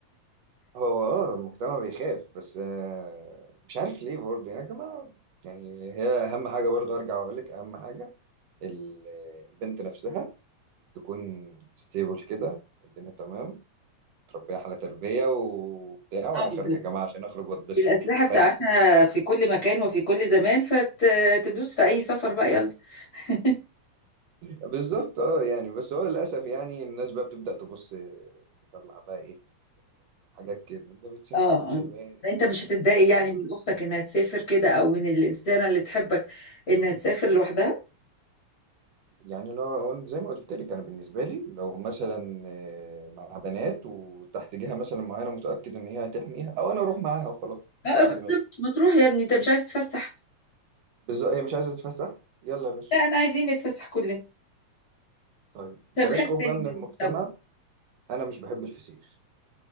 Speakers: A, on the right; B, on the left.
A: هو اه المجتمع بيخاف بس آه، مش عارف ليه برضه يا جماعة يعني هي أهم حاجة برضه هرجع وأقولك أهم حاجة ال- البنت نفسها تكون ستيبل كده والدنيا تمام تربيها على تربية وبتاع وأنا
B: <laughs> اه بالظبط
A: خارجة جامعة عشان أخرج وأتبسط
B: الأسلحة بتاعتها
A: بس
B: في كل مكان وفي كل زمان فتدوس في أي سفر بقى يلا <laughs>
A: بالظبط اه يعني بس هو للاسف يعني الناس بقى بتبدا تبص تطلع بقى ايه حاجات كده انت بتسافر
B: اه
A: مع شباب
B: آه. انت مش هتتضايق يعني
A: عم-
B: من اختك انها تسافر كده او من الانسانه اللي تحبك انها تسافر لوحدها
A: يعني لو قلت- زي ما قلت لك انا بالنسبه لي لو مثلا آه، مع بنات وتحت جهه مثلا معينه متاكد ان هي هتحميها او انا اروح معاها وخلاص
B: اه آه،
A: ورايح
B: بالظبط
A: دماغي
B: ما تروح يا ابني انت مش عايز تتفسح
A: بالظبط هي مش عايزه تتفسح يلا يا باشا
B: لا انا عايزين نتفسح كلنا
A: طيب بلاش
B: مش هنخاف
A: خوف
B: تاني
A: بقى من
B: من المجتمع
A: المجتمع انا مش بحب الفسيخ